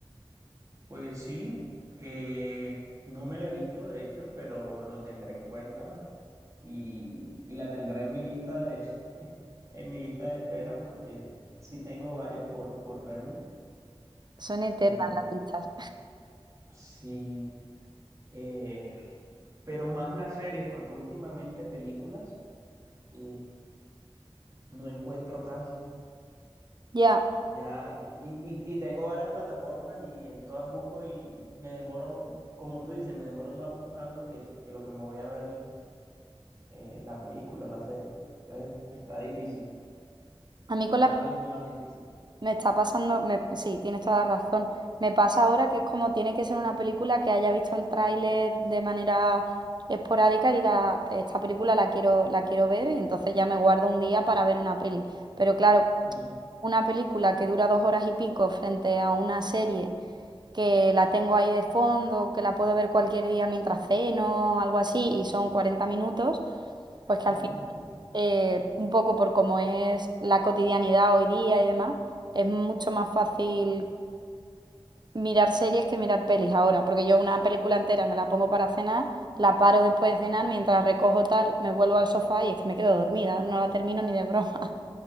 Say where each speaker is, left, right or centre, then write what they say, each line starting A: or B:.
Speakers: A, on the right; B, on the right.
A: Pues sí, eh, no me la he visto de hecho, pero lo tendré en cuenta y, y la tendré en mi lista de <laughs> en mi lista de espera porque sí tengo varias por, por verme.
B: Son eternas
A: Eh,
B: las listas.
A: sí, eh, pero más las series porque últimamente películas eh, no encuentro casi.
B: Ya,
A: Ya, y, y, y tengo varias plataformas y en todas busco y me demoro, como tú dices, me demoro más buscando que, que lo que me voy a ver eh, la película, la serie. Entonces está difícil,
B: a mí con
A: cada
B: la...
A: vez es más difícil.
B: Me está pasando, me- sí, tienes toda la razón. Me pasa ahora que es como tiene que ser una película que haya visto el tráiler de manera esporádica y diga, esta película la quiero, la quiero ver y entonces ya me guardo un día para ver una peli. Pero claro,
A: Mm,
B: una película que dura dos horas y pico frente a una serie que la tengo ahí de fondo, que la puedo ver cualquier día mientras ceno, algo así, y son 40 minutos, pues que
A: ujú,
B: al eh, un poco por cómo es la cotidianidad hoy día y demás, es mucho más fácil mirar series que mirar pelis ahora, porque yo una película entera me la pongo para cenar, la paro después de cenar, mientras recojo tal, me vuelvo al sofá y es que me quedo dormida, no la termino ni de broma.